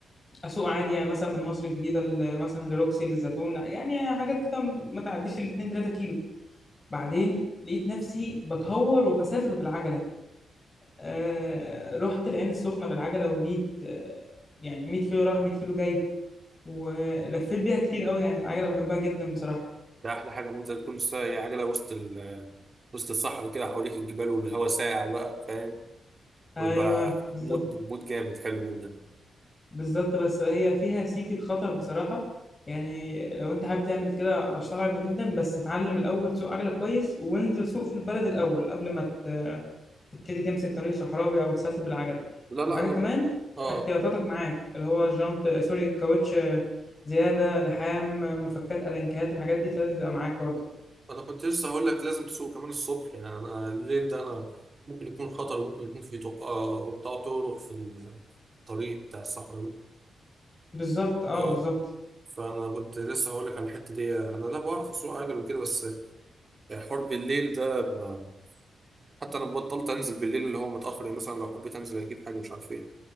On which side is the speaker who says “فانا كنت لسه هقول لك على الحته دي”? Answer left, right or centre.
Right